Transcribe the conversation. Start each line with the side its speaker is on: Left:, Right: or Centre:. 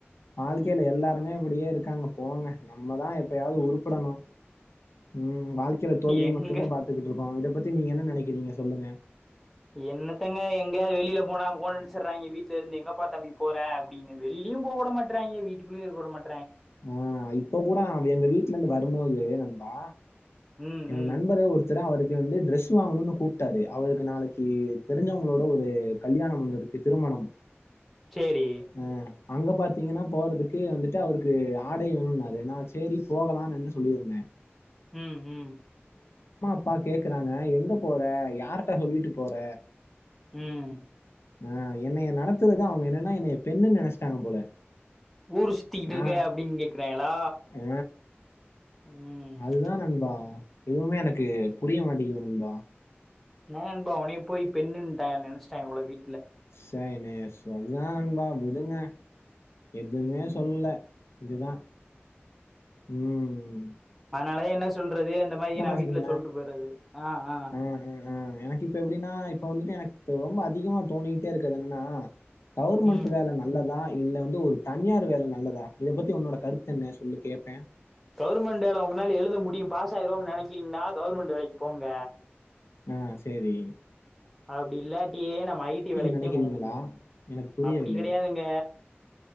Left: வாழ்க்கையில
Centre: ம்
Left: எல்லாருமே இப்டியே இருக்கு இருக்காங்க போங்க நம்மதா எப்பயாவது
Centre: ம்
Left: உருப்படணு உம் வாழ்க்க தோல்விய
Centre: எங்க
Left: மட்டுமே பத்துக்கிட்டு இருக்கோ இத பத்தி நீங்க என்ன நெனக்குறீங்க சொல்லுங்க
Centre: என்னத்தங்க எங்க வெளியில போனா ஃபோன் அடுச்சுடுறாங்க வீட்ல இருந்து எங்க பா தம்பி போறே அப்டின்னு வெளிலயு போக விட மாட்டறாங்க வீட்டுக்குள்ளயே இருக்க விட மாட்டேன்
Left: ஆ இப்ப கூட எங்க வீட்ல இருந்து வரும்போது நண்பா
Centre: ம்
Left: எ
Centre: ம்
Left: நண்பரு ஒருத்தரு அவருக்கு வந்து டிரெஸ் வாங்கணும்னு கூப்ட்டாரு அவருக்கு நாளைக்கு தெரிஞ்சவங்களோட ஒரு கல்யாணம் ஒன்னு இருக்கு திருமணம்
Centre: சேரி
Left: அ அங்க பாத்தீங்கனா போறதுக்கு வந்துட்டு அவருக்கு ஆடை ன்னாரு நா சேரி போகலாம் என்று சொல்லியிருந்தே
Centre: உம் உம்
Left: அப்பா கேக்குறாங்க எங்க போற யார்ட்ட சொல்லிட்டு போற
Centre: ம்
Left: ஆ என்னைய நட த்துலா தா அவுங்க என்னன்னா என்னைய பெண்ணுனு நெனச்சிட்டாங்க போல
Centre: ஊருஷ் சுத்திட்டு இருக்க
Left: ஆ
Centre: அப்டின்னு கேக்குறாங்ளா
Left: அ
Centre: உம்
Left: அதுதான் நண்பா. எதுவுமே எனக்கு புரிய மாட்டேங்குது நண்பா
Centre: என்ன நண்பா உன்னய போய் பெண்ணுட்டா நெனச்சிட்டங்க போல வீட்ல
Left: சைனேஸ் என்னா நண்பா விடுங்க எதுமே
Centre: ம்
Left: சொல்லல இதுதா உம்
Centre: அதனாலாதா என்ன சொல்றது இந்த மாதிரி நா
Left: வச்சுக்கோங்களேன்
Centre: வீட்ல சொல்ட்டு போயிடுறது ஆ ஆ
Left: ம், ம், ம். எனக்கு இப்ப எப்டின்னா இப்ப வந்துட்டு எனக்கு ரொம்ப அதிகமா தோணிட்டே இருக்கது என்னன்னா கவர்மெண்ட்
Centre: ம்
Left: வேல நல்லதா இல்ல வந்து ஒரு தனியார் வேலை நல்லதா இதை பத்தி உன்னோட கருத்து என்ன சொல்லி கேட்பேன்
Centre: கவர்மெண்டு வேலை உங்களால எழுத முடியும் பாஸ் ஆயிருவோம் நினைச்சிங்கனா கவர்மென்ட் வேலைக்கு போங்க
Left: ஆஹ் செரி
Centre: அப்படி இல்லாட்டியே நம்ம ஐடி வேலைக்குத்தான்
Left: நினைக்கிறீங்களா?
Centre: போக முடியும்
Left: எனக்கு புரியவில்லை.
Centre: அப்படி கெடையாதுங்க